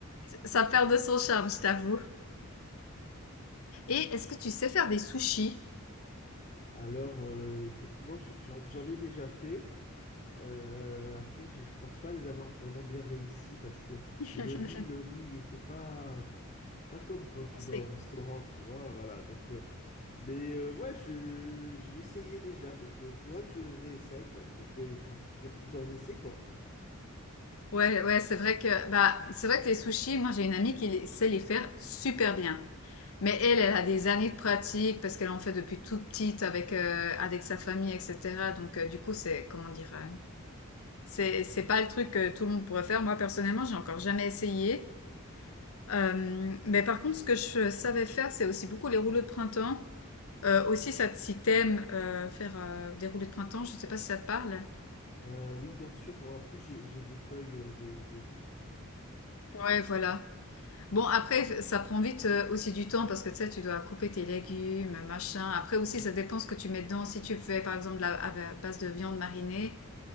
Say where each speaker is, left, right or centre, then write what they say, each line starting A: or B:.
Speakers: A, on the left; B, on the left.
A: ça perd de son charme, je t'avoue. Et est-ce que tu sais faire des sushis?
B: Alors, euh, effectivement, j'ai- j'en j'en ai déjà fait. Euh, après, j'ai- je pense pas les avoir vraiment bien réussi parce que
A: <laughs>
B: le riz, le riz, il était pas, pas comme quand tu
A: C'est
B: vas au restaurant, tu vois. Voilà. Donc, euh, mais euh, ouais, je, j'ai essayé déjà. Donc, euh, il faudra que je réessaye, quoi. Il faut, faut, il faut faire plusieurs essais, quoi.
A: Ouais, ouais, c'est vrai que bah c'est vrai que les sushis, moi j'ai une amie qui les- sait les faire super bien. Mais elle, elle a des années de pratique parce qu'elle en fait depuis toute petite avec euh, avec sa famille, etc. Donc euh, du coup c'est comment dire, euh, c'est c'est pas le truc que tout le monde pourrait faire. Moi personnellement, j'ai encore jamais essayé. Euh, mais par contre, ce que je savais faire, c'est aussi beaucoup les rouleaux de printemps. Euh, aussi, ça, te- si t'aimes euh, faire euh, des rouleaux de printemps, je sais pas si ça te parle.
B: Euh, oui, bien sûr. En plus, j'ai j'ai des feuilles euh, de, de riz.
A: Ouais, voilà. Bon, après, ça prend vite euh, aussi du temps parce que tu sais, tu dois couper tes légumes, machin. Après aussi, ça dépend ce que tu mets dedans. Si tu fais, par exemple, de la, à ba- base de viande marinée,